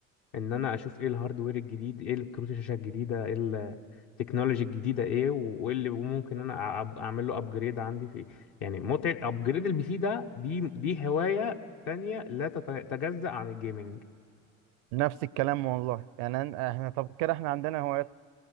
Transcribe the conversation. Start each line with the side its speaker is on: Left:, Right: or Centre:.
Left: ان انا اشوف ايه الهاردوير الجديد ايه الكروت الشاشه الجديده ايه التكنولوجي الجديده ايه وايه اللي ممكن انا أب- اعمل له ابجريد عندي فيه يعني متعه ابجريد البي سي ده دي دي هوايه تانية لا تتجزأ عن الجيمنج
Right: نفس الكلام والله يعني أنا- احنا طب كده احنا عندنا هوايات